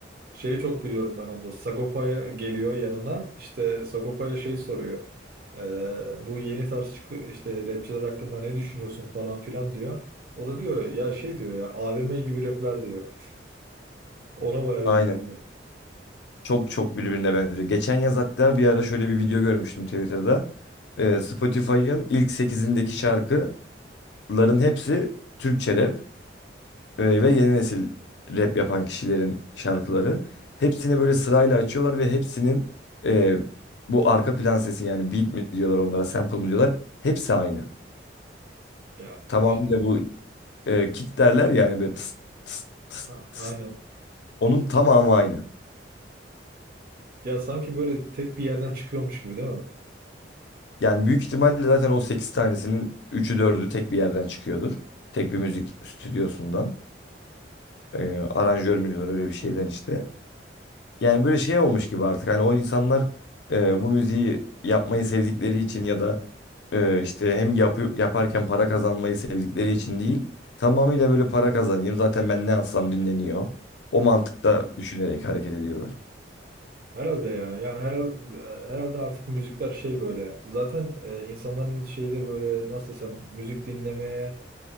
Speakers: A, on the right (about 50°); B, on the left (about 65°).
A: şeyi çok gülüyorum ben onda. Sagopa'ya geliyor yanına. İşte Sagopa'ya şey soruyor. Eee, bu yeni tarz çıkı- işte rapçiler hakkında ne düşünüyorsun falan filan diyor. O da diyor ya şey diyor ya AVM gibi rapler diyor. Ona bayağı
B: Aynen.
A: güldü diyor.
B: Çok çok birbirine benziyor. Geçen yaz hatta bir ara şöyle bir video görmüştüm Twitter'da. Ee, Spotify'ın ilk sekizindeki şarkıların hepsi Türkçe rap e, ve yeni nesil rap yapan kişilerin şarkıları. Hepsini böyle sırayla açıyorlar ve hepsinin e, bu arka plan sesi yani beat mi diyorlar onlara, sample mı diyorlar. Hepsi aynı.
A: Ya
B: Tamamıyla
A: işte
B: bu e, kick derler yani böyle tıs tıs tıs
A: ha,
B: tıs.
A: aynen.
B: Onun tamamı aynı.
A: Ya sanki böyle tek bir yerden çıkıyormuş gibi değil mi?
B: Yani büyük ihtimalle zaten o 8 tanesinin üçü dördü tek bir yerden çıkıyordur. Tek bir müzik stüdyosundan. Ee, aranjör mü diyorlar öyle bir şeyden işte. Yani böyle şey olmuş gibi artık. Hani o insanlar e, bu müziği yapmayı sevdikleri için ya da e, işte hem yapı- yaparken para kazanmayı sevdikleri için değil. Tamamıyla böyle para kazanayım. Zaten ben ne alsam dinleniyor. O mantıkta düşünerek hareket ediyorlar.
A: Herhalde ya. Yani herhalde, herhalde artık müzikler şey böyle. Zaten e, insanların şeyde böyle nasıl desem müzik dinlemeye